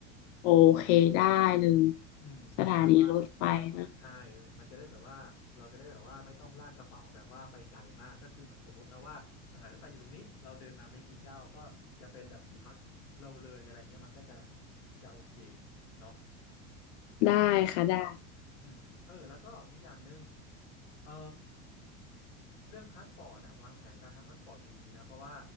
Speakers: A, on the left (about 65°); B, on the left (about 90°).
A: โอเคได้เลย
B: อืมแบบว่า
A: สถานีรถไฟนะ
B: ใช่มันจะได้แบบว่าเราจะได้แบบว่าไม่ต้องลากกระเป๋าแบบว่าไปไกลมากก็คือเหมือนสมมตินะว่าสถานรถไฟอยู่ตรงนี้เราเดินมาไม่กี่ก้าวก็จะเป็นแบบที่พักเราเลยอะไรเงี้ยมันก็จะจะโอเคเนาะ
A: ได้ค่ะได้
B: อืมเออแล้วก็อีกอย่างหนึ่งเอ่อเรื่องพาสปอร์ตอะวางแผนการทำพาสปอร์ตดีๆนะเพราะว่า